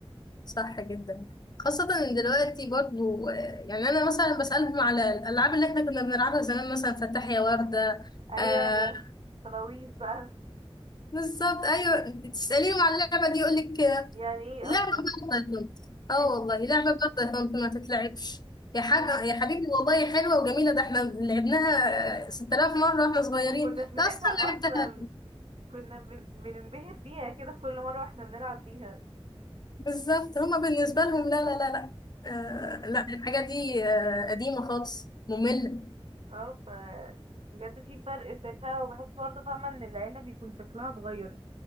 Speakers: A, on the left (about 45°); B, on the right (about 75°).
A: صح جدا خاصة إن دلوقتي برضو آه، يعني أنا مثلا بسألهم على الألعاب اللي احنا كنا بنلعبها زمان مثلا فتح يا وردة
B: ايوه
A: آه
B: لا خلاويص بقى
A: بالظبط ايوه تساليهم على اللعبه دي يقول لك
B: يعني ايه
A: لعبه
B: اصلا
A: برضه يا طنط اه
B: <laughs>
A: والله لعبه برضه يا طنط ما تتلعبش يا
B: مم.
A: حاجه يا حبيبي والله حلوه وجميله ده احنا لعبناها 6000 مره واحنا صغيرين
B: مكناش بنزهق
A: ده اصلا
B: اصلا
A: لعبتها
B: كنا بن- بننبهر بيها كده كل مرة واحنا بنلعب بيها
A: بالظبط هما بالنسبه لهم لا لا لا لا آه لا الحاجه دي آه قديمه خالص ممله
B: اه ف بجد في فرق ساعتها وبحس برضه فاهمة ان العيلة بيكون شكلها اتغير